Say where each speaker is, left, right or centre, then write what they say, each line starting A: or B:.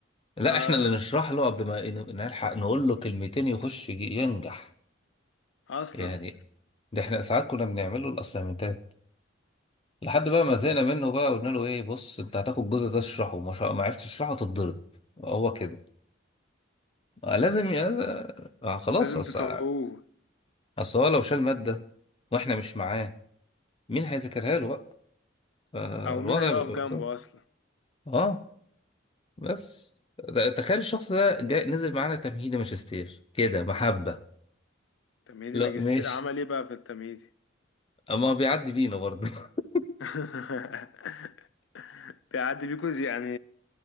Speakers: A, on the left (about 30°); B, on the left (about 75°).
A: لا
B: آه
A: احنا اللي نشرح له قبل ما ن- نلحق نقول له كلمتين يخش ي- ينجح
B: أصلا
A: يعني ده احنا ساعات كنا بنعمل له الاسايمنتات لحد بقى ما زهقنا منه بقى قلنا له ايه بص انت هتاخد الجزء ده تشرحه ما, شاء... ما عرفتش تشرحه تتضرب هو كده آه، لازم ي- آه، خلاص
B: <laughs> لازم
A: اصل
B: تفوقوه
A: أصل هو لو شال ماده واحنا مش معاه مين هيذاكرها له بقى فالوضع
B: أو مين هيقف
A: بيبقى
B: جنبه
A: صعب
B: أصلا
A: اه بس ده- تخيل الشخص ده جاي نزل معانا تمهيدي ماجستير كده محبة
B: تمهيدي
A: لا
B: ماجستير
A: ماشي
B: عمل ايه بقى في التمهيدي
A: اما هو بيعدي بينا برضه <laughs>
B: <laughs> تعدي بيكوز يعني